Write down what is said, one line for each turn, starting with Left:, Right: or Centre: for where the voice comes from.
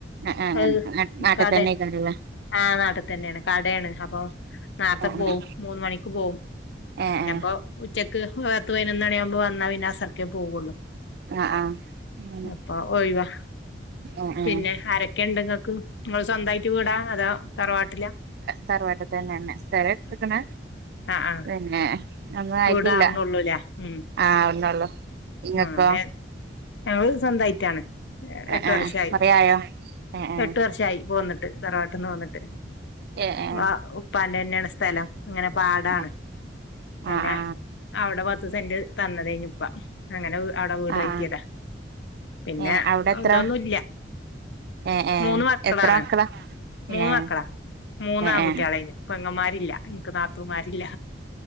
Right: ആ ആ അങ്ങനെ
Left: അത്
Right: നാട്ടിൽ
Left: കട
Right: തന്നെ ആയിക്കാരല്ലേ
Left: ആ നാട്ടത്ത് തന്നെയാണ് കടയാണ് അപ്പ നേർത്തെ
Right: ആ ആ
Left: പോകവും മൂന്ന മണിക്ക് പോകവും
Right: ഏ
Left: പിന്നപ്പോ
Right: ഏ
Left: ഉച്ചക്ക് ത്തത്ത് പതിനന ഒന്നാണ ആവുമ്പോ വന്നൽ വിനാസർൊക്കെ പോവുള്ളൂ
Right: ആ ആ അങ്ങനെ
Left: അപ്പൊ ഓയ്വാ
Right: ഏ ഏ
Left: പിന്നെ ആരൊക്കെ ഉണ്ടങ്ങൾക്ക് നമ്മൾ സ്വന്തമായിട്ട് വിടാ അതോ തറവാട്ടില
Right: തറവാട്ടത്ത് തന്നെന്നെ സ്ര എക്കണ
Left: ആഹ് ആഹ്
Right: പിന്നെ ഒന്നും ആയിട്ടില്ല
Left: വീടാവണള്ളൂല്ലേ ഉം
Right: ആഹ ഒന്നള്ളൂ ങ്ങക്കൊ
Left: ആഹ് ഞങ്ങള് സ്വന്തമായിട്ടാണ്
Right: ഏ
Left: എട്ടു
Right: ഏ
Left: വർഷമായി
Right: കൊറേ ആയോ ഏ ഏ
Left: എട്ടു വർഷമായി പോന്നിട്ട് ധറവാട്ടുന്ന് പോന്നിട്ട്
Right: ഏഹ് ആ
Left: വ ഉപ്പാൻ തന്നെയാണ് സ്ഥലം അങ്ങനെ പാടാണ്
Right: ആ
Left: പിന്നെ
Right: ആ ആ
Left: അവിടെ പത്ത് സെന്റ് തന്നതേയിൻപ്പ അങ്ങനെ അവിടെ വീട്
Right: ആ ആ
Left: കയറ്റയതാ പിന്നെ
Right: ഏ അവിടെ എത്ര
Left: എന്തൊന്നുംല്ല
Right: ഏ ഏ
Left: മൂന്ന് മക്കളാണ്
Right: എത്ര മക്കളാ
Left: മൂന്ന്
Right: ഏ
Left: മക്കളാ മൂന്നാ
Right: ഏ
Left: ക
Right: ഏ
Left: കുട്ടികളന് ഇപ്പ അങ്ങമാരില്ല എനക്ക് നാത്തൂമാരില്ല